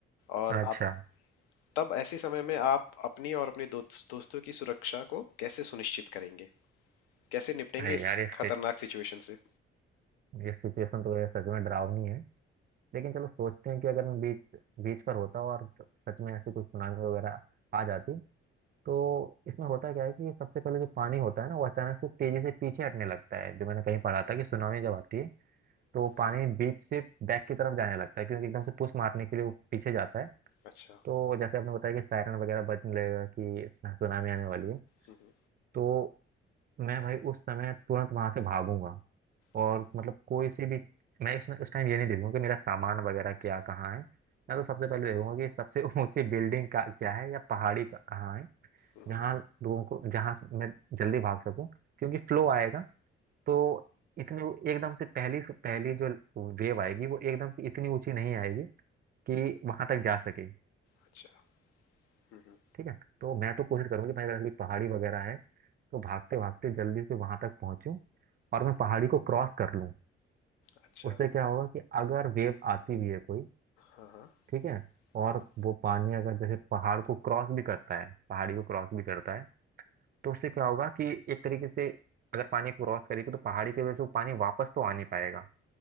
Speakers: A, on the left; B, on the right.
A: और
B: अच्छा
A: आप तब ऐसे समय में आप अपनी और अपने दोस्त दोस्तों की सुरक्षा को कैसे सुनिश्चित करेंगे कैसे निपटेंगे
B: अरे
A: इस
B: यार ये सि-
A: खतरनाक सिचुएशन से
B: ये सिचुएशन तो यार सच में डरावनी है लेकिन चलो सोचते हैं कि अगर मैं बीच बीच पर होता और सच में ऐसी कोई सुनामी वगैरह आ जाती तो इसमें होता क्या है कि सबसे पहले जो पानी होता है ना वो अचानक से तेजी से पीछे हटने लगता है जो मैंने कहीं पढ़ा था कि सुनामी जब आती है तो वो पानी
A: हम्म,
B: बीच से बैक की तरफ जाने लगता है क्योंकि एकदम से पुश मारने के लिए वो पीछे जाता है
A: अच्छा
B: तो जैसे आपने बताया कि सायरन वगैरह बजने लगेगा कि सुनामी आने वाली है
A: हम्म,
B: तो मैं भाई उस समय तुरंत वहां से भागूंगा
A: हम्म,
B: और मतलब कोई से भी मैं उस उस टाइम ये नहीं देखूंगा कि मेरा सामान वगैरह क्या कहाँ है मैं तो सबसे पहले देखूंगा कि सबसे <laughs> ऊंची बिल्डिंग का क्या है या पहाड़ी का कहाँ है
A: हम्म,
B: जहाँ
A: हम्म,
B: लोगों को जहाँ मैं जल्दी भाग सकूं क्योंकि फ्लो आएगा तो इतने वो एकदम से पहली पहली जो वेव आएगी वो एकदम से इतनी ऊंची नहीं आएगी कि वहां तक जा सके
A: अच्छा हम्म, हम्म,
B: ठीक है तो मैं तो कोशिश करूंगी भाई अगर कोई पहाड़ी वगैरह है तो भागते भागते जल्दी से वहां तक पहुंचूं और मैं पहाड़ी को क्रॉस कर लूं
A: अच्छा
B: उससे क्या होगा कि अगर वेव आती भी है कोई
A: हाँ हाँ
B: ठीक है और
A: हाँ
B: वो पानी अगर जैसे पहाड़ को क्रॉस भी करता है पहाड़ी को क्रॉस भी करता है तो उससे क्या होगा कि एक तरीके से अगर पानी क्रॉस करेगी तो पहाड़ी की वजह से वो पानी वापस तो आ नहीं पाएगा